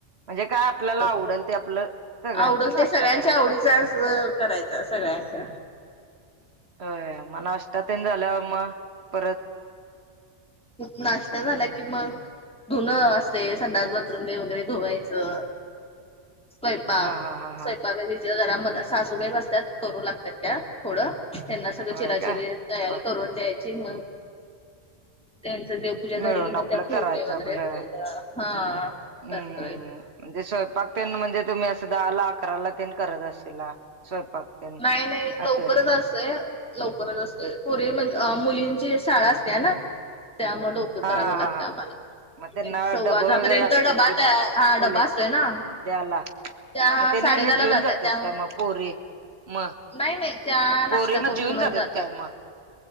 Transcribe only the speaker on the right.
म्हणजे काय आपल्याला आवडल
ते आपलं सगळ्यांचा
नाश्ता
करायचा
आपला
होय नाष्टा तेन झाल्यावर म परत?
हा हा हा हा
होय
काय
बा
मिळून
आपलं
करायचं आपलं
हम्म
म्हणजे स्वयंपाक ते म्हणजे तुम्ही असं दहाला अकराला तेन करत असशीला स्वयंपाक? तेन
असं
हा
हा हा
हा
मग त्यांना
डबं
वगैरे
असतील
की
मग
उलट
द्याला
मग तेनी
आणि जेऊन
काय मग पोरी मग
पोरी
मग
जेऊन
काय मग